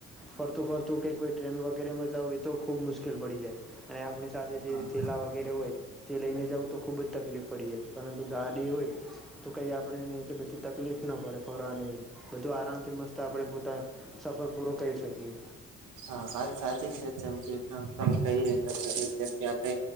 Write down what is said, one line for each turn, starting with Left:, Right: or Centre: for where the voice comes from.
Centre: ફરતું ફરતું ક કોઈ ટ્રેન વગેરેમાં જવું હોય તો ખૂબ મુશ્કેલ પડી જાય અને આપણી સાથે જે
Right: હા
Centre: થેલા વગેરે હોય તે લઈને જવું તો ખૂબ જ તકલીફ પડી જાય પરંતુ ગાડી હોય તો કંઈ આપણે એટલી બધી તકલીફ ના પડે ફરવાની તો આરામથી મસ્ત આપણે પોતા સફર પૂરો કરી શકીએ
Right: હા વાત સાચી છેમચદમ તમે કહી રહ્યા છો કે જેમ કે આપણે